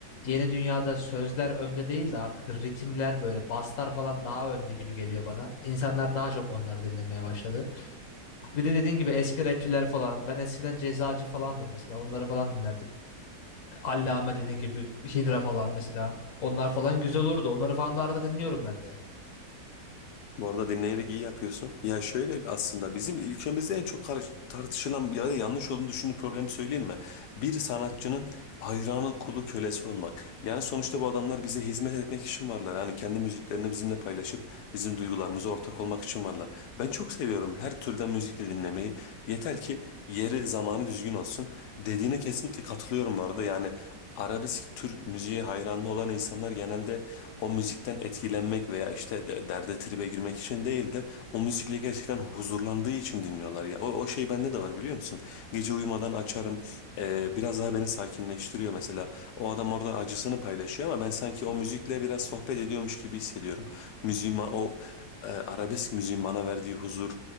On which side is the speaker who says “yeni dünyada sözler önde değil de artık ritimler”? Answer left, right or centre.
Left